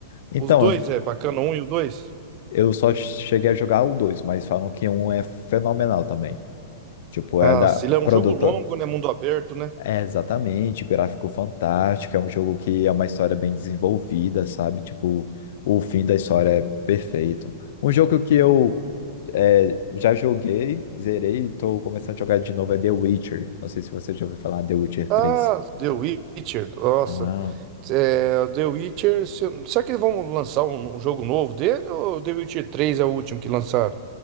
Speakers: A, on the left; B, on the right.
A: Então,
B: Os dois é bacana, o um e o dois.
A: eu só cheguei a jogar o dois, mas falam que um é fenomenal também. Tipo,
B: Ah,
A: é da
B: se ele é um
A: produta.
B: jogo longo, né? Mundo aberto, né?
A: É exatamente, gráfico fantástico. É um jogo que é uma história bem desenvolvida, sabe? Tipo, o fim da história é perfeito. Um jogo que eu É, já joguei, zerei e tô começando a jogar de novo. É The Witcher. Não sei se você já ouviu falar The Witcher
B: Ah,
A: três
B: The Witcher, nossa.
A: Ah,
B: É, The Witcher. se- Será que eles vão lançar um, um jogo novo dele? Ou The Witcher três é o último que lançaram?